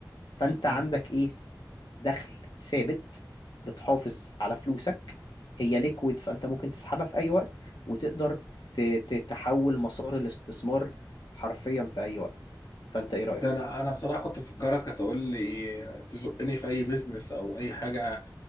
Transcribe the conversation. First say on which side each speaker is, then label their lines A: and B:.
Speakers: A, on the left; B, on the left.
A: فانت
B: مم.
A: عندك ايه دخل ثابت بتحافظ على فلوسك هي ليكويد فانت ممكن تسحبها في اي وقت وتقدر ت- ت- تحول مسار الاستثمار حرفيا في اي وقت فانت ايه رأيك
B: ده انا انا بصراحه كنت مفكرك هتقول لي تزقني في اي بيزنس او اي حاجه